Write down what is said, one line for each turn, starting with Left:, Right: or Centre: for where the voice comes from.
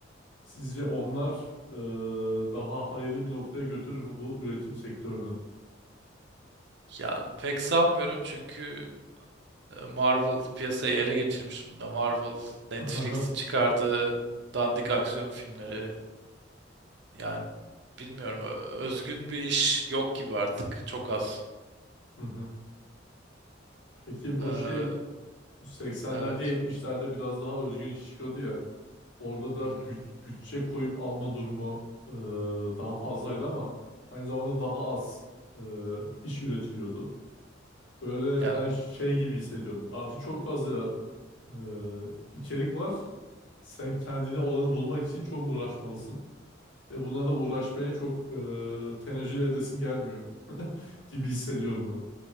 Left: Sizce onlar e, daha hayırlı bir noktaya götürür mü bu üretim sektörünü?
Right: yani pek sanmıyorum çünkü e, Marvel piyasayı ele geçirmiş durumda. Marvel, Netflix'in
Left: <laughs>
Right: çıkardığı dandik aksiyon filmleri yani bilmiyorum ö- özgün bir iş yok gibi artık. Çok az.
Left: Hı hı. Peki bu
Right: Ee,
Left: şey 80'lerde
Right: evet.
Left: 70'lerde biraz daha özgün iş çıkıyordu ya. Orada da
Right: Hı hı.
Left: büt- bütçe koyup alma durumu e, daha fazlaydı ama aynı zamanda daha az e, iş üretiliyordu. Böyle
Right: Yani
Left: ben şey gibi hissediyorum. Artık çok fazla e, içerik var. Sen kendine olanı bulmak için çok uğraşmalısın. Ve buna da uğraşmaya çok e, tenezzül edesim gelmiyor gibi hissediyorum ben.